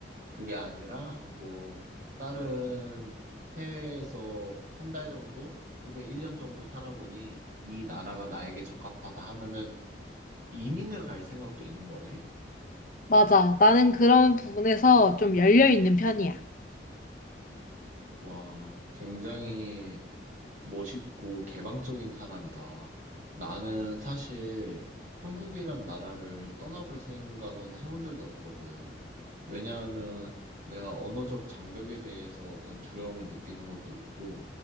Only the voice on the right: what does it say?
그게 아니라 뭐 다른 해외에서 한 달 정도 혹은 1년 정도 살아보니 이 나라가 나에게 적합하다 하면은 이민을 갈 생각도 있는 거네?
와, 굉장히 멋있고 개방적인 사람이다. 나는 사실 한국이란 나라를 떠나볼 생각은 해본 적이 없거든. 왜냐하면 내가 언어적 장벽에 대해서 어떤 두려움을 느끼는 것도 있고,